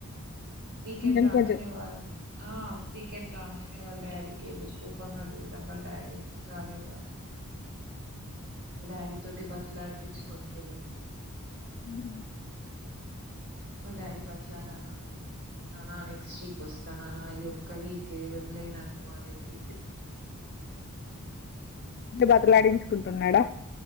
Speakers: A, on the right; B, on the left.
A: వీకెండ్
B: కొంచెం
A: రాంగనే
B: కొంచెం
A: వాళ్ళు ఆ వీకెండ్ రాంగ్నే వాళ్ళ డాడీకి వెళ్ళి కోపంగా చూడడం వాళ్ళ డాడీ ఎందుకు రాలేదు డాడీ తోటి బతిమిలాడించుకుంటాడు
B: ఉ
A: వాళ్ల డాడీ బతిమిలాడాల నానా నెక్స్ట్ వీక్ వస్తా నానా ఈ ఒక్క వీకే వదిలే నన్ను అనేసేసి
B: ఇప్పుడే బతలాడించుకుంటున్నాడా